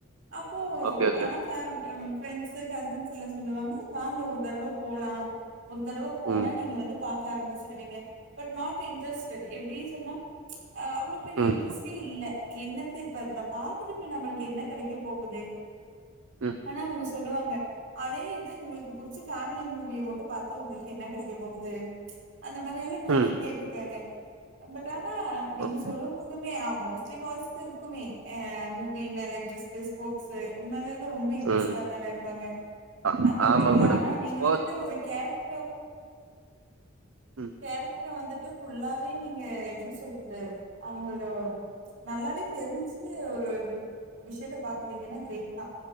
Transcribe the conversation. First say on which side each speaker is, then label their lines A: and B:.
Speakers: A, on the right; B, on the right.
A: அப்போ
B: ஓகே, ஓகே.
A: ஆனா ஃபேம் ஃப்ரண்டஸு கசின் சொல்ல சொல்லுவாங்க வாங்க ஒரு தடவ போலா ஒரு தடவ போனா
B: ம்,
A: நீங்க வந்து பாக்க ஆரம்பிச்சிருவிங்க பட் நாட் இன்ட்ரெஸ்ட்டடு இப்டி சொன்னா அ அவ்ளோ பெரிய
B: ம்,
A: இன்ட்ரஸ்ட்டே இல்ல என்னத்த இப்ப அதுல பாத்துட்டு போய் நம்மளுக் என்ன கெடைக்க போகுது
B: ம், ம்,
A: ஆனா அவுங்க சொல்லுவாங்க அதே இது உங்களுக்கு புடிச்ச ஃபேமிலி மூவிய மட்டு பாத்தா உங்களுக்கு என்ன கெடைக்க போகுது அந்த மாறில்லா நெறைய
B: ம்,
A: கேட்ருக்காங்க பட் ஆனா நீங்க
B: ஓ-
A: சொல்லும் போதுமே மோஸ்ட்லி பாய்ஸ்க்ருக்குமே மூவி மேல இன்ட்ரஸ்ட்டு ஸ்போட்ஸு இது மேலலா ரொம்ப இன்ட்ரஸ்ட்டா
B: ம்.
A: தான இருப்பாங்க
B: ஆ
A: அந்த ஒரு
B: ஆமாங்க
A: இதுல
B: மேடம்.
A: ஆனா நீங்க
B: போ
A: வந்துட்டு ஒரு கேரக்
B: ம்,
A: கேரக்டர வந்துட்டு ஃபுல்லாவே நீங்க எப்டி சொல்றது அவுங்ளோட நல்லாவே தெரிஞ்சு ஒரு விஷயத்த பாக்குறீங்கனா கிரேட் தா